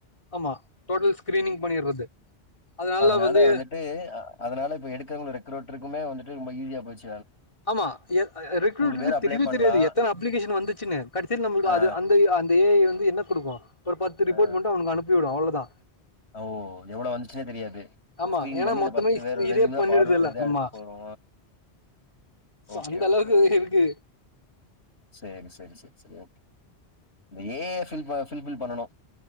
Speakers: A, on the left; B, on the left.
A: ஆமா டோட்டல் ஸ்கிரீனிங் பண்ணிர்றது அதனால
B: வேல
A: வந்து
B: வந்துட்டு அதுனால இப்ப எடுக்குறவுங் ரெக்ரோட்டருக்குமே வந்துட்டு ரொம்ப ஈசியா போச்சு
A: ஆமா எ ரெக்ரூட்ருக்கு
B: பேர் அப்ளை
A: தெரிவே
B: பண்ணலாம்.
A: தெரியாது எத்தன அப்ளிகேஷன் வந்துச்சுன்னு கட்சில நம்மளுக்கு
B: ஆ,
A: அது அந்த அந்த ஏ ஐ வந்து என்ன குடுக்கு ஒரு பத்து
B: ஆ.
A: ரிப்போட் மட்டு அவனுக்கு அனுப்பிவிடு அவ்ளோ தா
B: ஓ எவ்ளோ வந்துச்சுன்னே தெரியாது
A: ஆமா
B: ஸ்கிரீன்
A: ஏன்னா
B: பண்ணி இந்த
A: மொத்தமே
B: பத்து பேர் ரெசும்தா
A: இதே பண்ணிடுதுல்ல
B: பார்வர்டு இத
A: ஆமா
B: எடுத்து போறோ
A: சோ
B: ஓகே
A: அந்த அளவுக்கு
B: ஓகே
A: இருக்கு
B: சேரி சேரி சேரி சேரி இந்ந ஏ ஐய ஃபில் ஃபில்பில் பண்ணனு